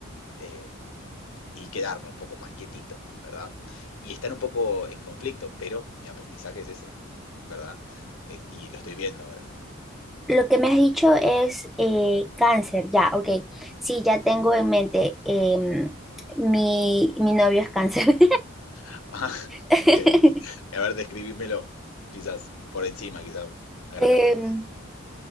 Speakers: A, on the left; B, in the centre.
A: em, y quedarme un poco más quietito, ¿verdad? Y estar un poco en conflicto, pero mi aprendizaje es ese, ¿verdad? Eh, Y lo estoy viendo ahora.
B: Lo que me has dicho es eh, cáncer, ya, ok. Sí, ya tengo en mente, em, mi, mi novio es cáncer.
A: <laughs> Ah,
B: <laughs>
A: bien, y a ver, describímelo, quizás por encima, quizás a grandes
B: Em,
A: rasgos.